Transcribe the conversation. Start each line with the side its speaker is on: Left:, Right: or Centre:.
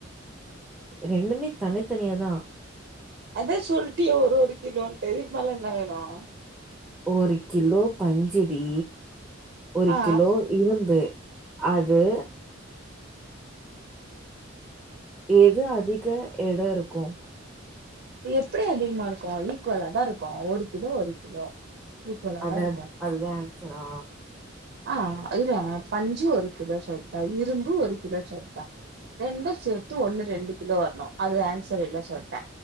Centre: ரெண்டுமே தனித்தனியா தான்
Right: அதான் சொல்ட்டியே ஒரு ஒரு கிலோன்ட்டு இதுக்கு மேல என்ன வேணும்
Centre: ஒரு கிலோ பஞ்சு டி ஒரு
Right: ஆ
Centre: கிலோ இரும்பு அது எது அதிக எடோம் இருக்கும்
Right: எப்டி அதிகமா இருக்கும் ஈக்குவலா தான் இருக்கும் ஒரு கிலோ ஒரு கிலோ ஈக்குவலாதான்
Centre: அத
Right: இருக்கும்
Centre: அதுதான் ஆன்ஸரா?
Right: ஆ அதுதான் பஞ்சு ஒரு கிலோ சொல்ட்ட இரும்பு ஒரு கிலோ சொல்ட்ட ரெண்டும் சேத்து ஒண்ணு ரெண்டு கிலோ வர்ணோ அது ஆன்சர் இல்லனு சொல்ட்ட